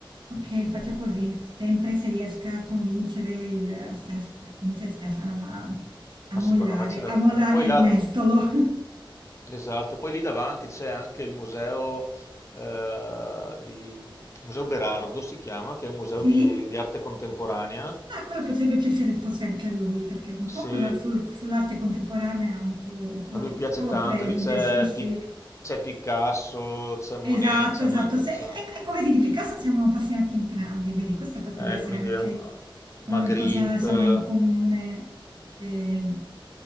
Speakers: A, on the right; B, on the left.
A: Okay, faccio così, sempre se riesca a convincere il Stef cioè convincere Stefano a a
B: Ma
A: mollare
B: secondo me ce la
A: a
B: fai.
A: mollare
B: Poi
A: il
B: là,
A: mestolo. <laughs>
B: esatto, poi lì davanti c'è anche il museo, eh, di, Museo Berardo si chiama, che è un museo
A: Sì?
B: di di arte contemporanea.
A: Ah, quello potrebbe piacere forse anche a lui, perché un po'
B: Sì,
A: con la sul sull'arte contemporanea un po' un po'
B: A lui piace
A: un po' lo
B: tanto,
A: prende,
B: lì c'è
A: sì, sì.
B: Pi- c'è Picasso, c'è Monet,
A: Esatto,
B: c'è
A: esatto.
B: Man-
A: Se,
B: c'è-
A: ec- ecco, vedi, di Picasso siamo appassionati entrambi, vedi, questa potrebbe
B: eh,
A: essere
B: quindi
A: anche
B: è un-
A: una
B: Magritte,
A: cosa, insomma, in comune che,